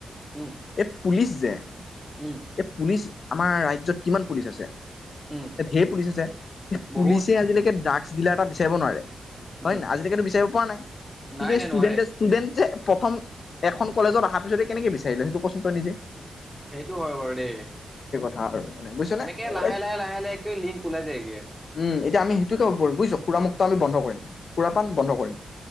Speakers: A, in the centre; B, on the left.
A: উম।
B: এই পুলিচ যে-
A: উম
B: এই পুলিচ- আমাৰ ৰাজ্যত কিমান পুলিচ আছে?
A: উম
B: এ ঢেৰ পুলিচ আছে,
A: বহুত
B: পুলিচে আজিলৈকে ড্ৰাগ- স্থলী <unintelligible> এটা বিচাৰিব নোৱাৰে হয়
A: উম
B: ন আজি কালি লোকোৱা নাই কিন্তু
A: নাই নাই
B: ষ্টুডেন
A: নোৱাৰে
B: যে ষ্টুডেন যে প্ৰথম এখন কলেজত অহাৰ পিছতে কেনেকে বিচাৰিলে সেইটো কচোন তই নিজে
A: সেইটো হয় বাৰু দেই
B: ভ আৰু মানে বুজিছ নে
A: এনেকে
B: এইবিলাক
A: লাহে লাহে লাহে লাহেকে লিংক ওলাই যায়গে
B: উম এতিয়া আমি সেইটোকে বুজিছ সুৰামুক্ত আমি বন্ধ কৰিম। সুৰাপান বন্ধ কৰিম।